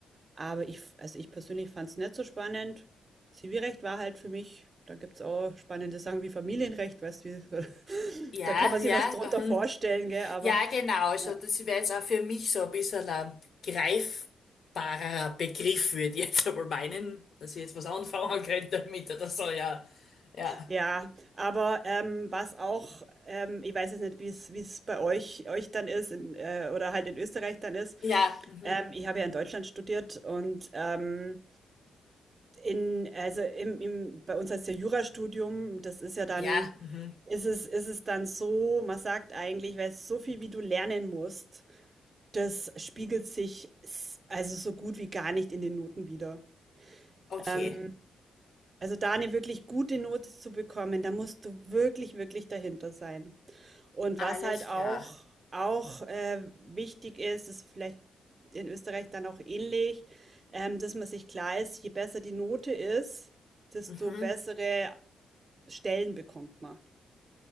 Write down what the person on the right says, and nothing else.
aber ich, also ich persönlich fand es nicht so spannend. Zivilrecht war halt für mich, da gibt es auch spannende Sachen wie Familienrecht, weißt du, wie, <laughs>
da kann man sich
was drunter
vorstellen, gell, aber
ja,
ja aber ähm, was auch, ähm, ich weiß jetzt nicht, wie es, wie es bei euch, euch dann ist in, äh, oder halt in Österreich dann ist.
Ähm, ich habe ja in Deutschland studiert und ähm, In, also im, im, bei uns heißt ja Jurastudium, das ist ja dann,
ist es, ist es dann so, man sagt eigentlich, weil so viel wie du lernen musst, das spiegelt sich s- also so gut wie gar nicht in den Noten wieder.
Ähm, also da eine wirklich gute Note zu bekommen, da musst du wirklich, wirklich dahinter sein. Und
was halt auch
auch, äh, wichtig ist, ist vielleicht in Österreich dann auch ähnlich, ähm, dass man sich klar ist, je besser die Note ist, desto
bessere Stellen bekommt man.